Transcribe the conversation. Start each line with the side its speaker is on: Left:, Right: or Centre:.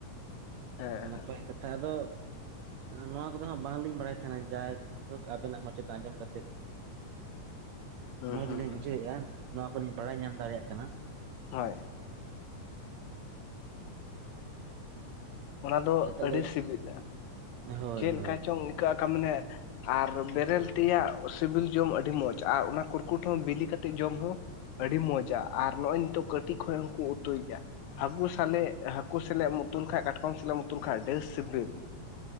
Left: ᱦᱮᱸ
Right: ᱱᱟᱯᱟᱭ
Left: ᱦᱮᱸ
Right: ᱠᱟᱛᱷᱟ ᱟᱫᱚᱼ ᱱᱚᱣᱟ ᱠᱚᱫᱚ ᱵᱟᱝ ᱞᱤᱧ ᱵᱟᱲᱟᱭ ᱛᱟᱦᱮᱱᱟ ᱡᱟᱭᱦᱳᱠ ᱟᱵᱮᱱᱟᱜ ᱢᱚᱪᱟ ᱛᱮ ᱟᱸᱡᱚᱢ ᱠᱟᱛᱮᱫᱼᱼ
Left: ᱦᱩᱸ
Right: ᱢᱚᱡ
Left: ᱦᱩᱸ
Right: ᱞᱤᱧ
Left: ᱦᱩᱸ
Right: ᱵᱩᱡᱷᱟᱹᱣᱮᱜ-ᱟ ᱱᱚᱣᱟ ᱠᱚᱞᱤᱧ ᱵᱟᱲᱟᱭ ᱧᱟᱢ ᱫᱟᱲᱮᱭᱟᱜ ᱠᱟᱱᱟ᱾
Left: ᱦᱳᱭ ᱚᱱᱟ ᱫᱚ
Right: ᱟᱨ ᱛᱟᱦᱚᱞᱮ
Left: ᱟᱹᱰᱤ ᱥᱤᱵᱤᱞᱟ
Right: ᱦᱳᱭ
Left: ᱪᱮᱞᱠᱟ
Right: ᱦᱳᱭ
Left: ᱪᱚᱝ ᱤᱠᱟᱹᱜ ᱟᱠᱟ ᱢᱟᱱᱮ ᱟᱨ ᱵᱮᱨᱮᱞ ᱛᱮᱭᱟᱜ ᱥᱤᱵᱤᱞ ᱡᱚᱢ ᱟᱹᱰᱤ ᱢᱚᱸᱡ ᱟᱨ ᱚᱱᱟ ᱠᱩᱨᱠᱩᱴ ᱦᱚᱸ ᱵᱤᱞᱤ ᱠᱟᱛᱮᱫ ᱡᱚᱢ ᱦᱚᱸ ᱟᱹᱰᱤ ᱢᱚᱸᱡ-ᱟ ᱟᱨ ᱱᱚᱜ ᱚᱭ ᱱᱤᱛᱚᱜ ᱠᱟᱹᱴᱤᱡ ᱠᱷᱚᱱ ᱦᱚᱸᱠᱚ ᱩᱛᱩᱭ ᱜᱮᱭᱟ᱾ ᱦᱟᱹᱠᱩ ᱥᱟᱞᱮᱜ ᱦᱟᱹᱠᱩ ᱥᱟᱞᱟᱜ ᱮᱢ ᱩᱛᱩ ᱠᱷᱟᱡ ᱠᱟᱴᱠᱚᱢ ᱥᱟᱞᱟᱜ ᱮᱢ ᱩᱛᱩ ᱠᱷᱟᱡ ᱟᱰᱤ ᱥᱤᱵᱤᱞ᱾